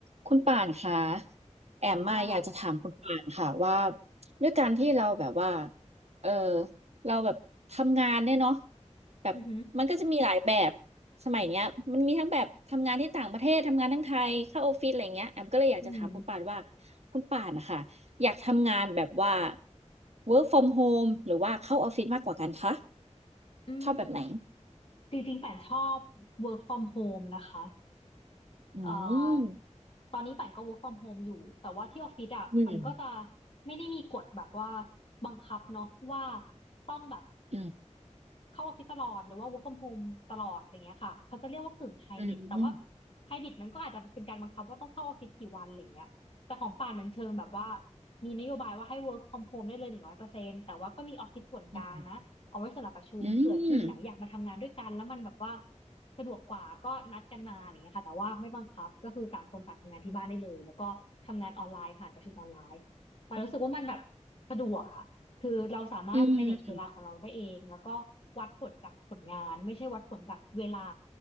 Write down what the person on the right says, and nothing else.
คุณป่านคะแอมมาอยากจะถามคุณป่านค่ะว่า
ด้วยการที่เราแบบว่าเออเราแบบทำงานเนี่ยเนาะแบบมันก็จะมีหลายแบบ
สมัยเนี้ยมันมีทั้งแบบทำงานที่ต่างประเทศทำงานทั้งไทยเข้าออฟฟิศอะไรเงี้ยแอมก็เลยอยากจะถามคุณป่านว่า
คุณป่านนะคะอยากทำงานแบบว่า work from home หรือว่าเข้าออฟฟิศมากกว่ากันคะ
ชอบแบบไหน
อืม
อืม
อืม
อืม
อืมอืม
อืมอืม